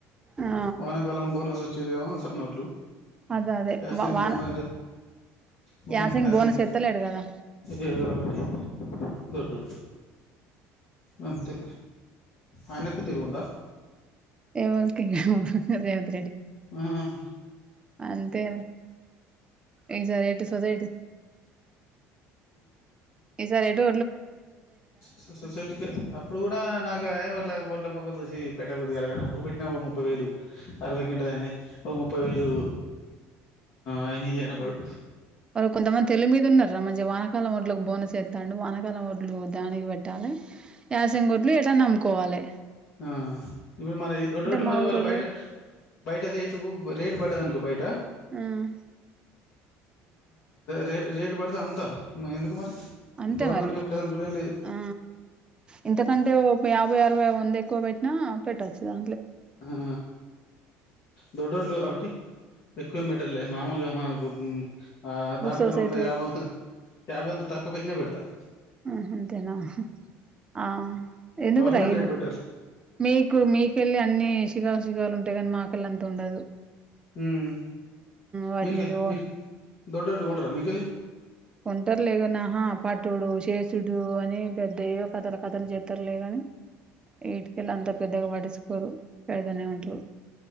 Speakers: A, on the right; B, on the left.
A: ఆ
B: వాన కాలము ఇవి ఏమో చిన్న వడ్లు
A: అదే అదే
B: సంగ
A: వాన
B: బన బనసంగ
A: యాసంగి బోనస్ ఎత్తలేడు కదా
B: ఏడుగా ఒకటి దొ అంతే అయనకు తెరుగుందా
A: ఎవళకి అదే అదే
B: హ్మ్
A: అంతే ఈ సారి ఏంటి సొసైటీ ఈ సార్ ఎటో
B: సో సో సొసైటీకె అప్పుడు కూడా నాకు అయ్ మొట్ల మొఖం చూసి పెట్టపుద్ది కాలే అప్పుడు పెట్టినా ముప్పై వేలు అరవై గేంటలు అయినాయ్ ఓ ముప్పై వేలు ఆయిహనా బాడు
A: వాళ్ళు కొంతమంది తెలివి మీద ఉన్నారురా మంచిగా వనకాలం వడ్లకు బోనస్ ఎస్తాండు వనకాల వడ్లు దానికి పెట్టాలి యాసంగొడ్లు ఎటన్న అమ్ముకోవాలే
B: ఆ ఇప్పుడు మన రోడ్లు
A: మా
B: మరి
A: ఊరోళ్ళు
B: బయట బయట రేటు రేటు పడద అనుకో బయట
A: హ్మ్
B: రేట్ రేటు పడితే అమ్ముతా ఎందుకు మరి
A: అంతే
B: గవర్నమెంట్కి
A: మరి
B: పెట్టాలని రూల్ ఏం లేదు
A: ఆ ఇంతకంటే యాభై అరవై వంద ఎక్కువ పెట్టినా పెట్టొచ్చుగా
B: ఆ దొడోర్లు కాబట్టి ఎక్కువ ఏం పెట్టలే మామూలుగా మన హ్మ్ ఆ దానికన్నా
A: సొసైటీ
B: వంద
A: రేట్
B: యాభై యాభై వంద తక్కువ పెట్టిన పడ్ త
A: హ్మ్ హు ఆ అంతేనా ఆ ఎందుకు
B: గవర్నమెంట్
A: రై
B: రేట్ బెటర్
A: మీకు మీకెళ్ళి అన్ని షిగాషిగాలు ఉంటాయి కాని మా కళ్ళ అంత ఉండదు
B: హ్మ్
A: వాటిని
B: మీక మీ <unintelligible> ఓనర్ ఆ మీకెలి
A: కొంటారులే కనాహా పట్టుడు చేసుడు అని పెద్దయ్యో కథల కథలు చెతారులేగాని ఎటికెళ్ళ అంతా పెద్దగా పడించుకోరు పెడతనే ఉంటరు